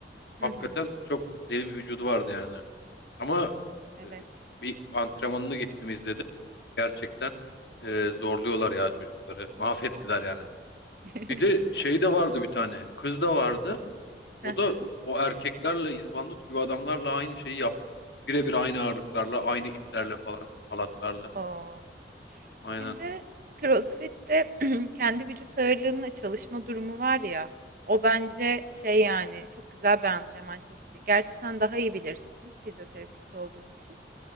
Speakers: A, on the left (about 75°); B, on the right (about 50°).
A: Hakikaten
B: Hı hı.
A: çok deli bir vücudu vardı yani. Ama
B: Evet.
A: e, bir antrenmanını gittim izledim. Gerçekten e, zorluyorlar ya çocukları. Mahvettiler yani.
B: <laughs>
A: Bir de şey de vardı bir tane. Kız da vardı. O
B: Hı hı.
A: da o erkeklerle izbandut gibi adamlarla aynı şeyi yaptı. Birebir aynı ağırlıklarla, aynı iplerle falan, halatlarla.
B: Oo.
A: Aynen.
B: Bir de CrossFit'te <clears throat> kendi vücut ağırlığınla çalışma durumu var ya. O bence şey yani çok güzel bir antrenman çeşidi. Gerçi sen daha iyi bilirsin fizyoterapist olduğun için.